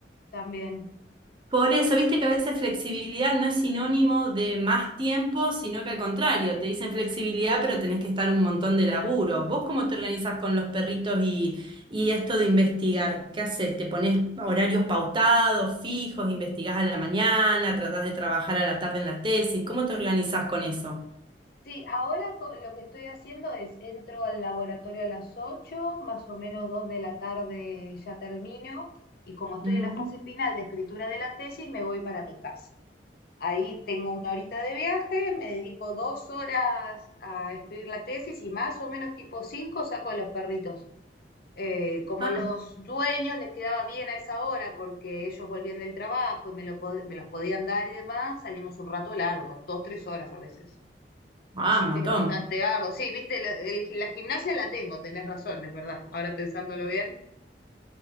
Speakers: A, on the left; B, on the right.
A: también.
B: Por eso, viste que a veces flexibilidad no es sinónimo de más tiempo, sino que al contrario, te dicen flexibilidad, pero tenés que estar un montón de laburo. ¿Vos cómo te organizás con los perritos y, y esto de investigar? ¿Qué haces? ¿Te pones horarios pautados, fijos, investigás a la mañana, tratás de trabajar a la tarde en la tesis? ¿Cómo te organizás con eso?
A: Sí, ahora co- lo que estoy haciendo es entro al laboratorio a las 8, más o menos 2 de la tarde ya termino, y como estoy
B: Ujú.
A: en la fase final de escritura de la tesis, me voy para mi casa. Ahí tengo una horita de viaje, me dedico dos horas a escribir la tesis y más o menos tipo 5 saco a los perritos. Eh, como
B: Ah,
A: a los dueños les quedaba bien a esa hora porque ellos volvían del trabajo y me, lo pod- me los podían dar y demás, salimos un rato largo, dos, tres horas a veces.
B: ah,
A: Así
B: un
A: que
B: montón.
A: bastante arduo. Sí, viste, la, el- la gimnasia la tengo, tenés razón, es verdad. Ahora pensándolo bien.